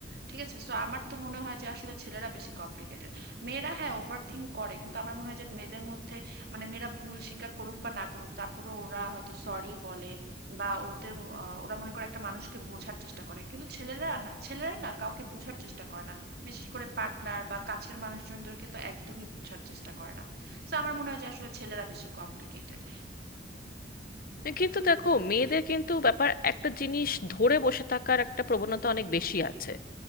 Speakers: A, on the right; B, on the left.
A: ঠিক আছে সো আমার তো মনে হয় যে আসলে ছেলেরা বেশি কমপ্লিকেটেড মেয়েরা হ্যাঁ ওভার থিঙ্ক করে কিন্তু আমার মনে হয় যে মেয়েদের মধ্যে মানে মেয়েরা ভুল স্বীকার করুক বা না করুক তারপরে ওরা হয়তো সরি বলে বা ওদের আহ, ওরা মনে করে একটা মানুষকে বোঝার চেষ্টা করে কিন্তু ছেলেরা না ছেলেরা না কাউকে বোঝার চেষ্টা করে না বিশেষ করে পার্টনার বা কাছের মানুষজনদেরকে তো একদমই বোঝার চেষ্টা করে না তো আমার মনে হয় যে আসলে ছেলেরা বেশি কমপ্লিকেটেড
B: কিন্তু দেখো মেয়েদের কিন্তু ব্যাপার একটা জিনিস ধরে বসে থাকার একটা প্রবণতা অনেক বেশি আছে